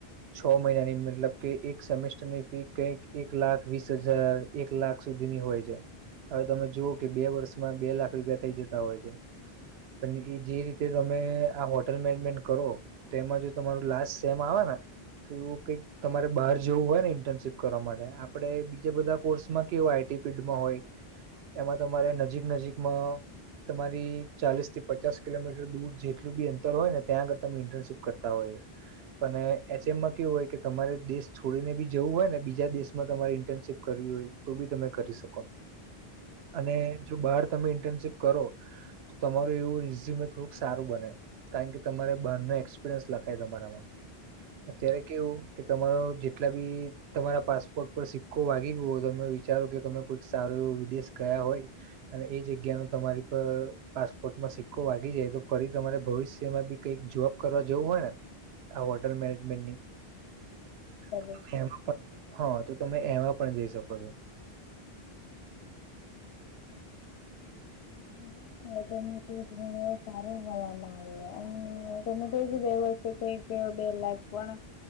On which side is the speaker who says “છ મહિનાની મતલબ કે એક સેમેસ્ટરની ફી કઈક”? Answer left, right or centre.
Right